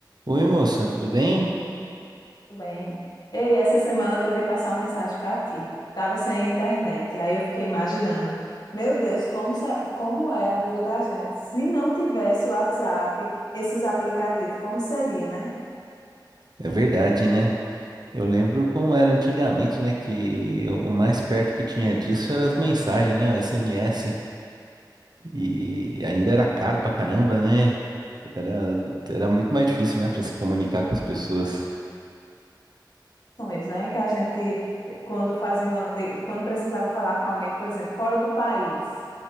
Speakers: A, on the right (about 60°); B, on the left (about 60°).
A: Oi, moça, tudo bem?
B: Tudo bem. Ei, essa semana eu tentei passar uma mensagem para ti. Tava sem internet. Aí eu fiquei imaginando, meu Deus, como, se- como é a vida da gente? Se não tivesse o WhatsApp, esses aplicativos, como seria, né?
A: É verdade, né? Eu lembro como era antigamente, né? Que o mais perto que tinha disso era as mensagens, né? O SMS. E ainda era caro pra caramba, né? Era, era muito mais difícil, né? Pra se comunicar com as pessoas.
B: questões, né? Que a gente, quando fazia uma, li- quando precisava falar com alguém, por exemplo, fora do país,